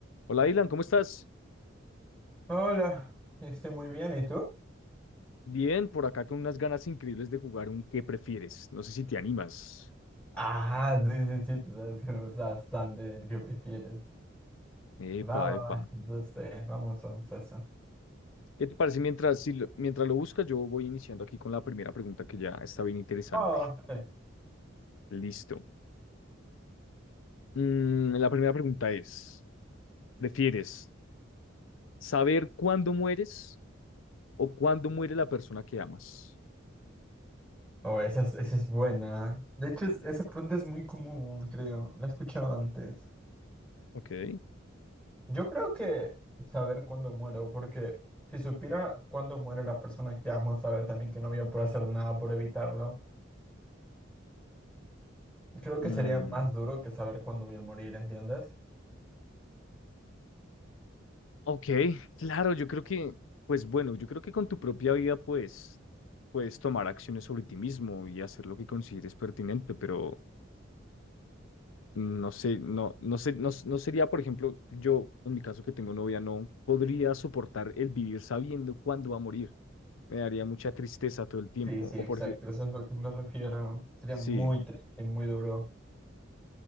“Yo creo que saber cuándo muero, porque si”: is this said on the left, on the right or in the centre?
Centre